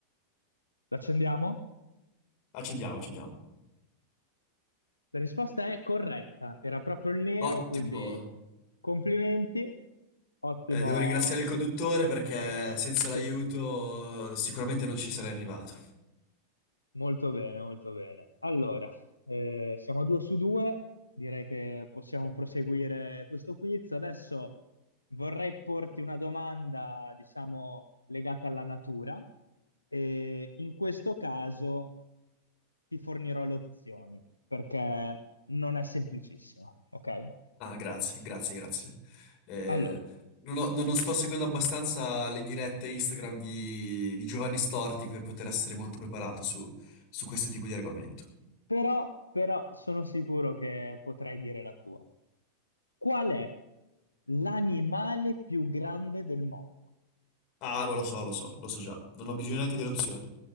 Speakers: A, on the left; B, on the left.
A: L'accendiamo?
B: Accendiamo, accendiamo.
A: La risposta è corretta. Era proprio il nero,
B: Ottimo.
A: quindi complimenti. Ottimo,
B: Eh, devo ringraziare il conduttore perché
A: ottimo ragionamento.
B: senza
A: Sì,
B: l'aiuto
A: dai.
B: eh, sicuramente non ci sarei arrivato.
A: Molto bene, molto bene. Allora, eh, siamo a due su due, direi che possiamo proseguire questo quiz. Adesso vorrei porti una domanda, diciamo, legata alla natura e in questo caso ti fornirò le opzioni perché non è semplicissima, ok?
B: Ah, grazie, grazie, grazie. Eh,
A: Allora,
B: non ho- non- non sto seguendo abbastanza le dirette Instagram di, di Giovanni Storti per poter essere molto preparato su, su questo tipo di argomento.
A: però, però sono sicuro che potrai dire la tua. Qual è l'animale più grande del mondo?
B: Ah, ma lo so, lo so, lo so già. Non ho bisogno neanche delle opzioni.